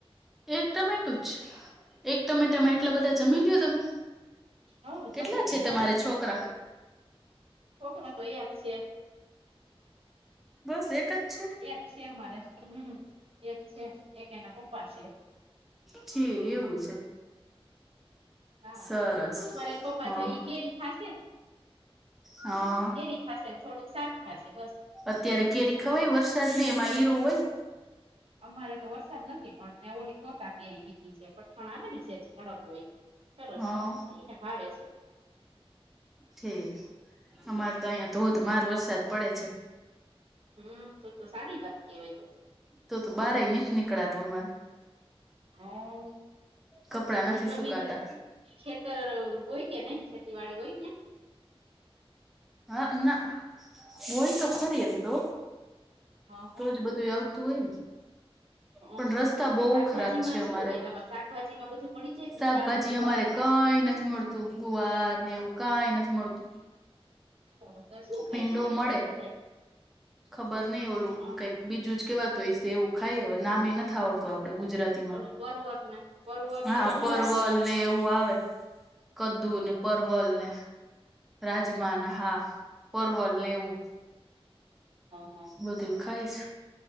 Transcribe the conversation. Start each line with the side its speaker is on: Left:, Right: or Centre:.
Centre: એક ટમેટું જ એક ટમેટામાં એટલા બધા જમી લો તમે.
Right: હવ
Centre: કેટલા
Right: જમી લઈ
Centre: છે
Right: એવું
Centre: તમારે છોકરા?
Right: છોકરા તો એક છે.
Centre: બસ એક જ છે.
Right: એક છે અમારે હમમ એક છે એક એના પપ્પા છે.
Centre: છે એવું છે.
Right: હા
Centre: સરસ
Right: અમારે એક પપ્પા
Centre: હા.
Right: છે ઈ કેરી ખાશે
Centre: હા.
Right: કેરી ખાશે ને થોડુંક સાક ખાશે બસ.
Centre: અત્યારે કેરી ખવાય
Right: હું
Centre: વરસાદ ને એમાં ઈરું હોય.
Right: અમારે તો વરસાદ નથી પણ ઓલી <unintelligible> છે કઠણ આવે ને સેજ કડક હોય. સરસ
Centre: હા
Right: આવે છે ઈને ભાવે છે.
Centre: થે અમારે તો અહિયાં ધોધમાર વરસાદ પડે છે.
Right: હમમ તો તો સારી વાત કેવાય તો.
Centre: તો તો બાર યે નીથ નીકળાતું અમારે.
Right: હોવ
Centre: કપડાં
Right: એ
Centre: નથી
Right: તો
Centre: સુકાતા
Right: જમીને ખેતર હોય કે નય ખેતીવાડી હોય ત્યાં?
Centre: હા ના હોય તો ખરી એમ તો
Right: હા હા
Centre: તો જ બધું આવ આવતું હોય ને
Right: હ
Centre: પણ રસ્તા બો
Right: શાકભાજી
Centre: ખરાબ છે
Right: માં
Centre: અમારે
Right: શું હોય તમારે શાકભાજી માં બધું મળી જાય ભીંડા
Centre: સાકભાજી
Right: ને ગુવાર
Centre: અમારે કાઈ
Right: ને
Centre: નથી મળતું ગુવાર ને એવું કાઈ નથી મળતું.
Right: <inaudible>
Centre: ભીંડો
Right: તમારી
Centre: મળે,
Right: બાજુ બધા
Centre: ખબર નઈ ઓલું
Right: હ
Centre: કઈક બીજું જ કેવાતું એ સેવું ખાય નામ એ નથી આવડતું આપડે ગુજરાત તીમાં
Right: ઓલું પરવર ને પરવર
Centre: હા,
Right: ને એવું
Centre: પરવલ
Right: બધું આવે
Centre: ને એવું આવે. કદ્દુ ને પરવલ ને. રાજમાના હા પરવલને
Right: હ
Centre: અવું.
Right: હ
Centre: બંધુ ખાઈશ.